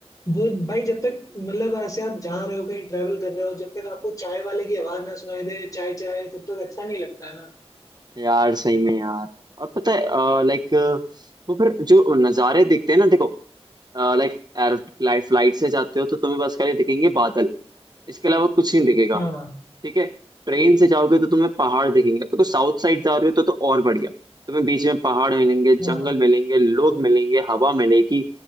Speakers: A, on the left (about 35°); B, on the right (about 40°).
A: वो भाई जब तक मतलब ऐसे आप जा रहे हो कहीं ट्रेवल कर रहे हो जब तक आपको चाय वाले की आवाज ना सुनाई दे चाय चाय तब तक अच्छा नहीं लगता है ना
B: यार सही में यार और पता है लाइक वो फिर जो नज़ारे दिखते हैं ना देखो लाइक एयर फ्लाइट से जाते हो तो तुम्हें बस खाली दिखेंगे बादल इसके अलावा कुछ नहीं दिखेगा
A: हाँ
B: ठीक है ट्रेन से जाओगे तो तुम्हें पहाड़ दिखेंगे तो साउथ साइड जा रहे हो तो, तो और बढ़िया तुम्हें बीच में पहाड़ मिलेंगे जंगल
A: हाँ
B: मिलेंगे लोग मिलेंगे हवा मिलेगी